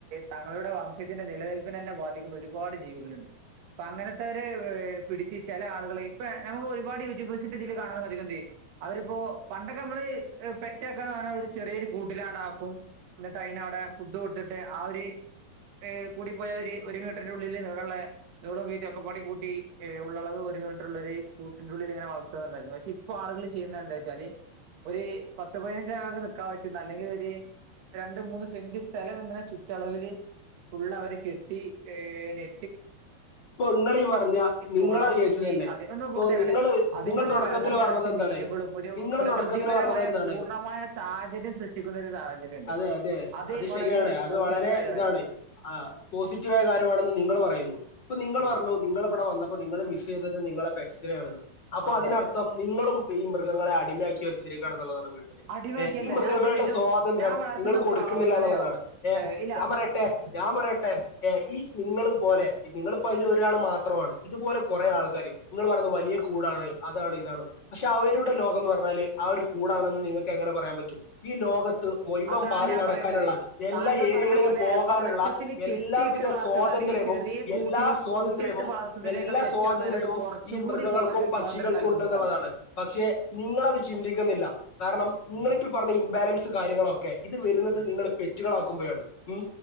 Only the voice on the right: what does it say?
തങ്ങളുടെ വംശത്തിന്റെ നിലനിൽ പിനന്നെ ബാധിക്കുന്ന ഒരുപാട് ജീവികളുണ്ട് അപ്പൊ അങ്ങനത്തെ ഒര് പിടിച്ച് ചെല ആളുകള് ഇപ്പൊ നമുക്ക് ഒരുപാട് യൂട്യൂബേഴ്സിന്റെതില് കാണാൻ സാധിക്ക്ണ്ട് അവരിപ്പോ പണ്ടൊക്കെ നമ്മള് പെറ്റക്കാന്ന് പറഞ്ഞാ ചെറിയൊരു കൂട്ടിലാണാക്കും ഇന്നിട്ട് അയിനവടെ ഫുഡ് കൊടുത്തിട്ട് ആ ഒര് ഏഹ് കൂടിപ്പോയ ഒരു ഒരു മീറ്ററിന്റെ ഉള്ളില് നീളള്ളേ നീളോ വീതി ഒക്കെ പാടിം കൂട്ടിഏഹ് ഉള്ളളവ് ഒരു മീറ്ററ്ള്ളരു കൂട്ടിൻ്റുള്ളില്ങ്ങനെ വളർത്താന്നുണ്ട് പക്ഷെ ഇ പ്പാളുകള് ചെയ്യുന്നത് എന്താച്ചാല് ഒരു പത്ത് പതിനഞ്ച് ആളുകള് നിക്കാൻ പറ്റുന്ന അല്ലെങ്കിൽ ഒര് രണ്ട് മൂന്ന് സെന്റ് സ്ഥലം ഇങ്ങനെ ചുറ്റളവില് ഉള്ള അവര് കെട്ടി ഏഹ് നെ
കുളം
കുത്തി
അത് ഒന്ന്
പൂർത്തിയാക്കട്ടെ
അതിൻ്റെ
ഉള്ളിൽ
വെള്ളം നിറച്ച്
മീനുകളും ഒരു
പ്രകൃതിപരമായ
പൂർണ്ണമായ സാഹചര്യം സൃഷ്ടിക്കുന്ന ഒരു സാഹചര്യം ഉണ്ട്
വളരെ
ഒരു
പോസിറ്റീവായ
കാര്യമാണ്
ഉം.
ആ
അതെ അതെ
അടിമയൊക്കെയല്ല
ഞാൻ ഇതുവരെയായിട്ട്
ഞാൻ വളർത്തുന്ന
പ്രാവുകളെയോ
ഏ, ഇല്ല
ഉം.
ഉം.
അതാണ്
ഞാൻ
പറയുന്നത്
താങ്കൾ
പറഞ്ഞ പോലെ
തുടക്കത്തിൽ
കെട്ടിയിട്ട് വളർത്തുന്ന
അല്ലെങ്കിൽ ചെറിയ കൂട്ടിൽ
പൂട്ടിയിട്ട് വളർത്തുന്നതിനേക്കാൾ
ഏറ്റവും
നല്ലത് കുറച്ചും
കൂടി
സ്വാ-
സ്വാതന്ത്ര്യം നൽകുന്നതാണ്
ഉം.
ഉം.